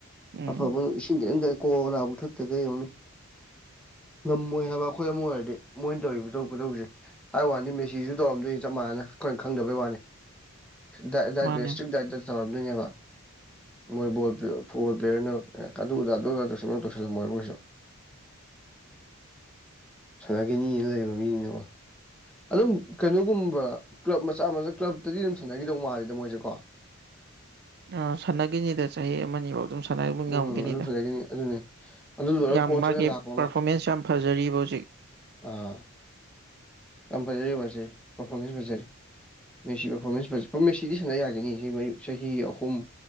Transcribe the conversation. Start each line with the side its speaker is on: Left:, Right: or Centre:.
Right: ꯎꯝ
Centre: ꯑꯐꯕ ꯏꯁꯤꯡ ꯈꯤꯇꯪ ꯀꯣꯅꯥꯕꯨ ꯊꯛꯇꯒꯩ ꯌꯦꯡꯉꯨꯅꯦ ꯉꯝꯃꯣꯏ ꯍꯥꯏꯕ ꯑꯩꯈꯣꯏ ꯑꯃ ꯑꯣꯏꯔꯗꯤ ꯃꯣꯏꯅ ꯇꯧꯔꯤꯕ ꯈꯨꯗꯧ ꯈꯨꯗꯧꯁꯦ ꯍꯥꯏꯕ ꯋꯥꯅꯤ ꯃꯦꯁꯤꯁꯨ ꯇꯧꯔꯝꯗꯣꯏꯅꯤ ꯆꯞ ꯃꯥꯟꯅꯅ ꯑꯩꯈꯣꯏꯅ ꯈꯪꯗꯕꯩ ꯋꯥꯅꯤ ꯗꯥꯏꯠ ꯗꯥꯏꯠꯀ
Right: ꯃꯥꯅꯦ
Centre: ꯏꯁꯇ꯭ꯔꯤꯛ ꯗꯥꯏꯠꯇ ꯇꯧꯔꯝꯗꯣꯏꯅꯦꯕ ꯃꯣꯏ ꯕꯣꯜ ꯐꯨꯠꯕꯣꯜ ꯄꯦꯌ꯭ꯔ ꯀꯗꯨ ꯀꯗ ꯗꯣꯗ ꯇꯧꯁꯤꯟꯒꯨꯝ ꯇꯧꯁꯤꯜꯂꯝꯃꯣꯏꯕ ꯀꯩꯁꯨ ꯁꯥꯟꯅꯒꯤꯅꯤꯅ ꯂꯩꯕ ꯃꯤꯅꯤꯅꯀꯣ ꯑꯗꯨꯝ ꯀꯩꯅꯣꯒꯨꯝꯕ ꯀ꯭ꯂꯞ ꯃꯆꯥ ꯃꯆꯥ ꯀ꯭ꯂꯞꯇꯗꯤ ꯑꯗꯨꯝ ꯁꯥꯟꯅꯒꯤꯗꯧ ꯃꯥꯜꯂꯤꯗ ꯃꯣꯏꯁꯦ ꯀꯣ
Right: ꯑ ꯁꯥꯟꯅꯒꯤꯅꯤꯗ ꯆꯍꯤ ꯑꯃꯅꯤ ꯕꯧ ꯑꯗꯨꯝ ꯁꯥꯟꯅꯔꯤꯕꯧ ꯉꯝꯒꯤꯅꯤꯗ
Centre: ꯎꯝ ꯑꯗꯨꯝ ꯁꯥꯟꯅꯈꯤꯅꯤ ꯑꯗꯨꯅꯤ ꯑꯗꯨ ꯂꯣꯏꯔꯒ
Right: ꯌꯥꯝ
Centre: ꯀꯣꯆ
Right: ꯃꯥꯒꯤ
Centre: ꯑꯣꯏꯅ ꯂꯥꯛꯄ ꯑꯃ
Right: ꯄ꯭ꯔꯐꯣꯃꯦꯟꯁ ꯌꯥꯝ ꯐꯖꯔꯤꯕ ꯍꯧꯖꯤꯛ
Centre: ꯑꯥ ꯌꯥꯝ ꯐꯖꯩꯕ ꯍꯧꯖꯤꯛ ꯄ꯭ꯔꯐꯣꯃꯦꯟꯁ ꯐꯖꯔꯤ ꯃꯦꯁꯤ ꯄ꯭ꯔꯐꯣꯔꯃꯦꯟꯁ ꯐꯖꯩ ꯃꯦꯁꯤꯗꯤ ꯁꯥꯟꯅ ꯌꯥꯒꯤꯅꯤ ꯆꯍꯤ ꯃꯔꯤ ꯆꯍꯤ ꯑꯍꯨꯝ